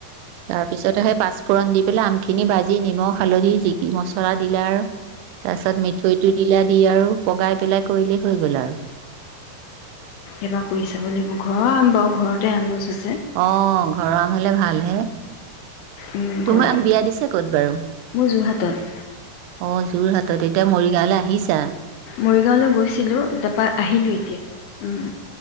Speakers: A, on the right (about 90°); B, on the left (about 80°).
A: তাৰপিছতে সে পাঁচফূৰণ দি পেলাই আমখিনি ভাজি নিমখ, হালধি যি মচৰা দিলা আৰু। তাছত মিঠ লা দি আৰু পগাই পেলাই কৰিলেই হৈ গ'ল আৰু।
B: এবা কই চাব লাগিব ঘৰ আম বাউ ঘৰতে আম গছ আছে।
A: অ, অ ঘৰ আম। হ'লে ভাল হে <inaudible>
B: উম,
A: তোমাক
B: ঘৰ
A: বিয়া দিছে ক'ত বাৰু?
B: মোৰ যোৰহাটত।
A: অ', যোৰহাটত এতিয়া মৰিগাৱলে আহিছা?
B: <inaudible> আহিলা? অ।